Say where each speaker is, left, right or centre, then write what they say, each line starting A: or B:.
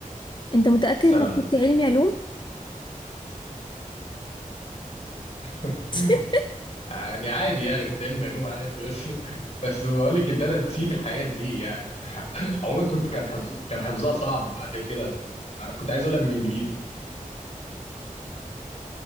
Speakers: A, on the left (about 35°); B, on the left (about 50°).
A: انت متأكد
B: السلمون
A: انك كنت علمي علوم
B: <laughs>
A: <laughs>
B: يعني عادي يعني كنت علمي علوم عادي بس <laughs> بس بقول لك ان انا نسيت الحاجات دي يعني <laughs> عموما كنت كان حفظ كان حفظها صعب فعشان كده كنت عايز اقولها بالانجليزي